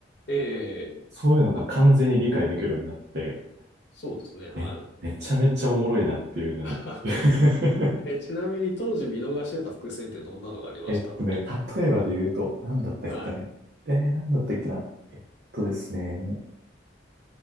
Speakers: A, on the left (about 65°); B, on the right (about 60°).
A: ええ、
B: そういうのが完全に理解できるようになって、
A: そうですね。はい。
B: め、めちゃめちゃおもろいなっていうのに。
A: <laughs>
B: <laughs>
A: え、ちなみに当時見逃してた伏線ってどんなのがありました
B: えっとね、例えばで言うと、なんだったっけな。
A: はい。
B: えー、なんだったっけな。えっとですね。